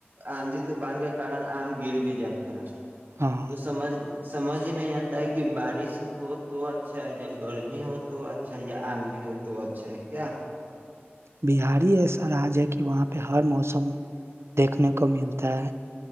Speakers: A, on the right; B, on the right.
A: آندھی طو پان کے کن آم گر بھی جاتا ہے
B: ہاں
A: تو سمجھ نں سمجھ ہی نہیں آتا ہے کہ بارش ہو تو اچھا ہے یا گرمی ہو تو اچھا ہے یا آندھی ہو تو اچھا ہے کیا
B: بہاری ہی ایسا آج ہے کہ وہاں پہ ہر موسم دیکھنے کو ملتا ہے